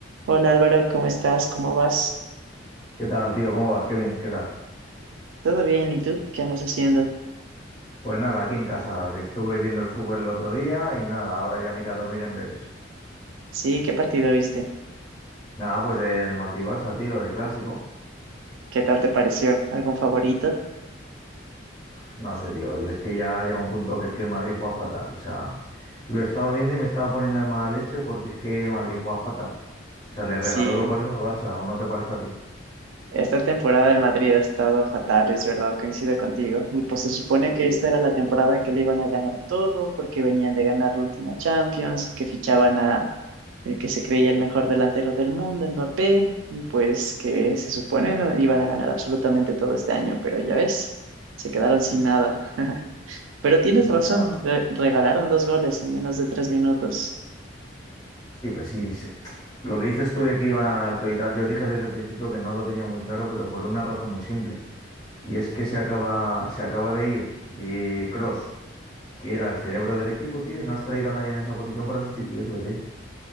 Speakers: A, on the right; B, on the left.
A: Hola Álvaro, ¿cómo estás? ¿Cómo vas?
B: ¿Qué tal, tío? ¿Cómo vas? Qué bien, ¿qué tal?
A: ¿Todo bien? ¿Y tú? ¿Qué andas haciendo?
B: Pues nada, aquí en casa, que estuve viendo el fútbol el otro día y nada, ahora ya me iré a dormir en breves.
A: Sí, ¿qué partido viste?
B: Nada, pues el Madrid-Barça, tío, el clásico.
A: ¿Qué tal te pareció? ¿Algún favorito?
B: No sé, tío, y es que ya llega un punto que es que el Madrid juega fatal. O sea, lo estaba viendo y me estaba poniendo de mala leche porque es que el Madrid juega fatal. O sea, le regaló
A: Sí,
B: dos goles al Barça, ¿o no te parece a ti?
A: esta temporada el Madrid ha estado fatal, es verdad, coincido contigo. Y pues se supone que esta era la temporada que le iban a ganar todo porque venían de ganar la última Champions y que fichaban a el que se creía el mejor delantero del mundo, Mbappé, y pues que se supone no iban a ganar absolutamente todo este año, pero ya ves, se quedaron sin nada. <laughs> Pero tienes
B: Ya,
A: razón, re- regalaron dos goles en menos de tres minutos.
B: sí, pues sí. sí. Lo que dices tú de que iban a ganar todo y tal, yo dije desde el principio que no lo tenía muy claro, pero por una razón muy simple. Y es que se acaba, se acaba de ir Cross que era el cerebro del equipo, tío, y no has traído a nadie en esa posición para sustituirle, tío.